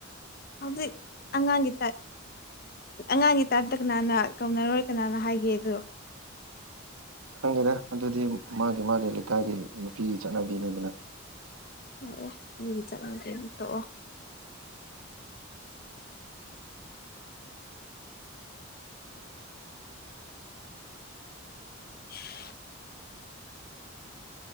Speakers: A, on the left; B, on the right.
A: ꯍꯧꯖꯤꯛ ꯑꯉꯥꯡꯒꯤ ꯇꯥꯏꯞ ꯑꯉꯥꯡꯒꯤ ꯇꯥꯏꯞꯇ ꯀꯅꯥꯅ ꯀꯧꯅꯔꯣꯏ ꯀꯅꯥꯅ ꯍꯥꯏꯒꯦ ꯑꯗꯨꯣ
B: ꯈꯪꯒꯦꯗ ꯑꯗꯨꯗꯤ ꯃꯥꯒꯤ ꯃꯥꯒꯤ ꯂꯩꯀꯥꯏꯒꯤ ꯅꯨꯄꯤꯒꯤ ꯆꯠꯅꯕꯤꯅꯤꯗꯅ
A: ꯌꯥꯑꯦ ꯑꯗꯨꯒꯤ ꯆꯠꯂꯁꯦ ꯑꯗꯨ ꯇꯣꯛꯑꯣ <inaudible>